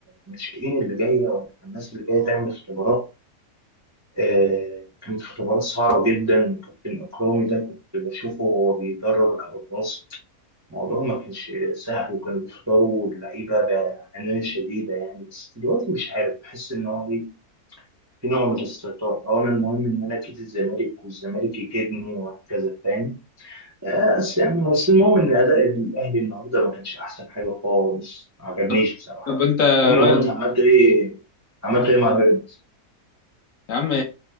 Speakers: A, on the right; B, on the left.
A: الناشئين اللي جايه ولا الناس اللي جايه تعمل اختبارات آه كانت اختبارات صعبه جدا كابتن اكرامي ده كنت بشوفه وهو بيدرب الحراس الموضوع ما كانش سهل وكانوا بيختاروا اللعيبه بعنايه شديده يعني بس دلوقتي مش عارف بحس ان هو ايه في نوع من الاستهتار او انا المهم ان انا اكيد الزمالك والزمالك يكيدني وهكذا فاهم بس يعني بس المهم ان اداء الاهلي النهارده ما كانش احسن حاجه خالص ما عجبنيش
B: طب
A: بصراحه
B: طب أنت
A: المهم
B: رأيك
A: وانت عملت ايه عملت ايه مع بيراميدز
B: يا عم